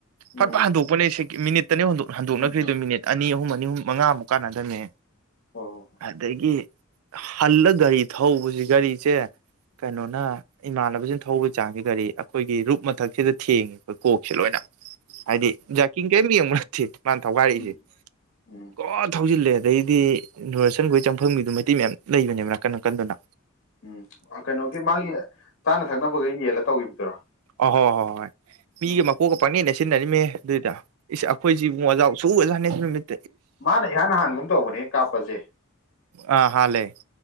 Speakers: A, on the left; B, on the right.
A: ꯎꯝ
B: ꯐꯠꯄ ꯍꯟꯗꯣꯛꯄꯅꯦꯦ ꯃꯤꯅꯤꯠꯇꯅꯤ ꯍꯟꯗꯣꯛꯅꯈ꯭ꯔꯤꯗ
A: ꯍꯣꯏꯗ
B: ꯃꯤꯅꯤꯠ ꯑꯅꯤ ꯑꯍꯨꯝ ꯑꯅꯤ ꯑꯍꯨꯝ ꯃꯉꯥꯃꯨꯛ ꯀꯥꯟꯅꯗꯕꯅꯦ
A: ꯍꯣꯏ ꯍꯣꯏ ꯍꯣꯏ
B: ꯑꯗꯒꯤ ꯍꯜꯂ ꯒꯥꯔꯤ ꯊꯧꯕꯁꯤ ꯒꯥꯔꯤꯁꯦ ꯀꯩꯅꯣꯅ ꯏꯃꯥꯟꯅꯕꯁꯤꯅ ꯊꯧꯕꯒꯤ ꯆꯥꯡꯁꯦ ꯒꯥꯔꯤ ꯑꯩꯈꯣꯏꯒꯤ ꯔꯨꯨꯞ ꯃꯊꯛꯁꯤꯗ ꯊꯦꯡꯉꯦ ꯑꯩꯈꯣꯏ ꯀꯣꯛꯁꯦ ꯂꯣꯏꯅ ꯍꯥꯏꯗꯤ ꯖꯥꯀꯤꯡ ꯀꯔꯤꯝ ꯌꯦꯡꯕ ꯅꯠꯇꯦ ꯃꯥꯅ ꯊꯧꯒꯥꯏꯔꯛꯏꯁꯦ
A: ꯎꯝ ꯎꯝ
B: ꯀꯣ ꯊꯧꯖꯤꯜꯂꯦ ꯑꯗꯩꯗꯤ ꯅꯨꯔꯁꯟꯈꯣꯏ ꯆꯪꯐꯝꯒꯤꯗꯨꯣ ꯃꯩꯇꯩ ꯃꯌꯥꯝ ꯂꯩꯕꯅꯦꯕ ꯅꯀꯟ ꯅꯀꯟꯗꯅ
A: ꯎꯝ ꯀꯩꯅꯣꯒꯤ ꯃꯥꯒꯤ ꯆꯥꯅ ꯊꯛꯅꯕꯒ ꯌꯦꯜꯂ ꯇꯧꯈꯤꯕꯗꯨꯔꯣ
B: ꯑꯣ ꯍꯣ ꯍꯣ ꯍꯣꯏ ꯃꯤꯒ
A: ꯎꯝ
B: ꯃꯀꯣꯛꯀ ꯄꯪꯅꯦꯠ ꯅꯦꯠꯁꯟꯅꯩ ꯁꯤꯟꯅꯤ ꯃꯦ ꯑꯗꯨꯨꯏꯗꯥ ꯏꯁ
A: ꯎꯝ
B: ꯑꯩꯈꯣꯏꯁꯤ ꯏꯕꯨꯡꯉꯣ ꯋꯥꯖꯥꯎ <inaudible>
A: ꯃꯥꯅ ꯏꯍꯥꯟ ꯍꯥꯟꯒꯨꯝ ꯇꯧꯕꯅꯦ ꯀꯥꯞꯄꯁꯦ
B: ꯑꯥ ꯍꯥꯜꯂꯦ